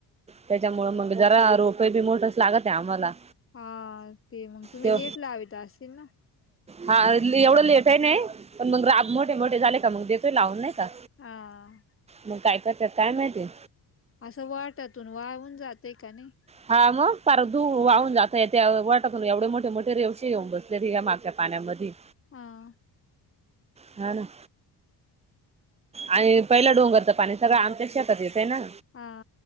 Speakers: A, on the right; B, on the left.
A: त्याच्यामूळ मग जरा रोपये बी मोठर्स लागत आहे आम्हाला
B: हा ते मग तुम्ही
A: ते
B: लेट लावीत असेल ना
A: हा एवढं लेट आहे नाही पण मग मोठे मोठे झाले का मग देतोय लावून नाय
B: हा
A: मग काय करतात काय माहिती
B: असं वाटातून वाहून जाते का नाही
A: हा मग फार दू वाहून जाता येत वाटातून एवढे मोठे मोठे रेवशी घेऊन बसले त मागच्या पाण्यामध्ये
B: ह
A: हा ना आणि पहिलं डोंगरचं पाणी सगळं आमच्या शेतात येतं ना
B: हा